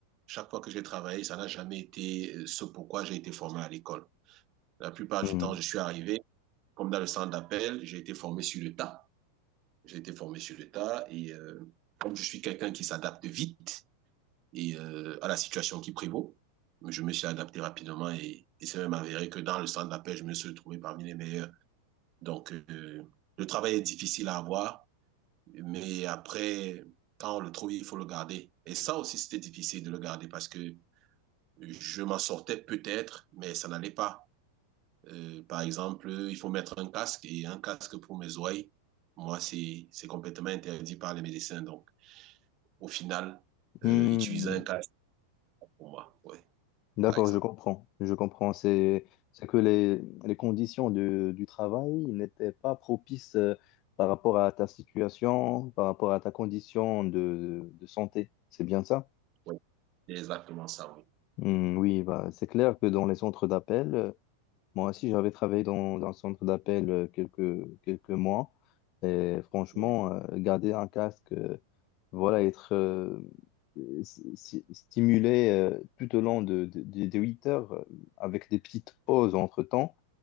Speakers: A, on the right; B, on the left.
A: chaque fois que j'ai travaillé, ça n'a jamais été euh, ce pourquoi j'ai été formé à l'école. La plupart
B: Hmm.
A: du temps, je suis arrivé comme dans le centre d'appel, j'ai été formé sur le tas. J'ai été formé sur le tas et euh, comme je suis quelqu'un qui s'adapte vite, et euh, à la situation qui prévaut. Je me suis adapté rapidement et, et c'est même avéré que dans le centre d'appel, je me suis trouvé parmi les meilleurs. Donc, euh, le travail est difficile à avoir, mais après, quand on le trouve, il faut le garder. Et ça aussi, c'était difficile de le garder parce que je m'en sortais peut-être, mais ça n'allait pas. Euh, par exemple, il faut mettre un casque et un casque pour mes oreilles. Moi, c'est c'est complètement interdit par les médecins. Donc, au final,
B: Hmm.
A: euh, utiliser un casque pour moi, ouais,
B: D'accord,
A: par exemple.
B: je comprends. Je comprends. C'est, c'est que les, les conditions de- du travail n'étaient pas propices euh, par rapport à ta situation, par rapport à ta condition de, de santé. C'est bien ça?
A: Oui, c'est exactement ça, oui.
B: Hmm, oui, bah, c'est clair que dans les centres d'appel, euh, moi aussi, j'avais travaillé dans, dans un centre d'appel euh, quelques, quelques mois. Et franchement,
A: Oui,
B: euh, garder un casque, euh, voilà, être euh, si- si- stimulé euh, tout au long de, de, de- de 8 heures euh, avec des petites pauses entre-temps,